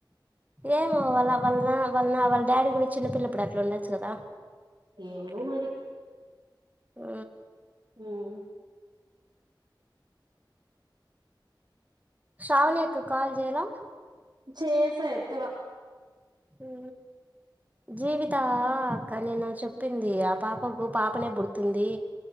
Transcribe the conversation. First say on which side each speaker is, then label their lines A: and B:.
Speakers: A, on the right (about 20°); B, on the right (about 60°).
A: ఏమో వాళ్ళ వాళ్ళన వల్న్ వాళ్ళ డాడీ కూడా చిన్నపిల్లప్పుడు అట్లా ఉండొచ్చు కదా
B: ఏమో మరి
A: అ
B: ఉహుం
A: శ్రావణి అక్కకాల్ చేయలా
B: చేస ఎత్తల
A: ఉ జీవిత అక్క నేన చెప్ చెప్పింది ఆ పాపకు పాపనే పుడుతుంది